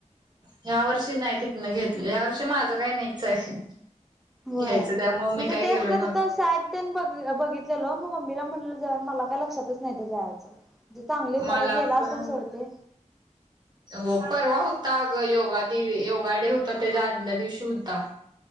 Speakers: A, on the right; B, in the centre.
A: ह्या वर्षी नाही तिथनं घेतलं ह्या वर्षी माझं काही नाहीच आहे.
B: होय
A: घ्यायचं त्यामुळे
B: म्हणजे
A: मी काय
B: तेच
A: गेलो
B: ग
A: नव्हतो
B: तिथ सॅक तेन बघ अ बघित गेलो मग मम्मीला म्हणलो ज मला काही लक्षातच नाही ते जायचं. ते चांगली होती
A: मला
B: आता गेला
A: पण
B: असेल सोड ते
A: हो परवा होता आग ग योगा दि योगा डे होता त्याच्या आदल्या दिवशी होता.